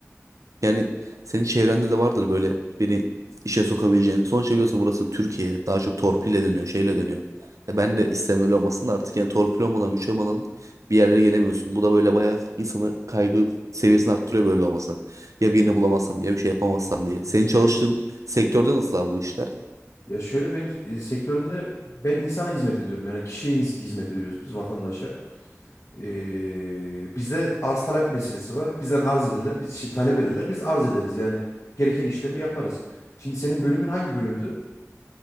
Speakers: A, on the right; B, on the left.
A: Yani senin çevrende de vardır böyle beni işe sokabileceğin. Sonuçta biliyorsun burası Türkiye. Daha çok torpille dönüyor, şeyle dönüyor. Ya ben de istem öyle olmasın da artık yani torpil olmadan, güç olmadan bir yerlere gelemiyorsun. Bu da böyle bayağı insanı kaygı seviyesini arttırıyor böyle olması. Ya birini bulamazsam ya bir şey yapamazsam diye.
B: Ya
A: Senin çalıştığın sektörde nasıl abi bu işler?
B: ya şöyle benim e, sektörümde ben insana hizmet ediyorum. Yani kişiye hiz- hizmet ediyoruz biz vatandaşa. Ee, bizde arz talep meselesi var. Bizden arz ederler, biz şey, talep ederler, biz arz ederiz. Yani gereken işlemi yaparız. Şimdi senin bölümün hangi bölümdü?